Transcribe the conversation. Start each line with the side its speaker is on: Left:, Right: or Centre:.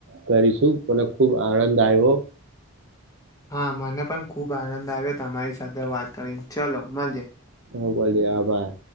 Right: કરીશું મને ખુબ આનંદ આયવો.
Left: હા મને પણ ખુબ આનંદ આવ્યો તમારી સાથે વાત કરીને ચલો મળીએ.
Right: હ બોલીએ આભાર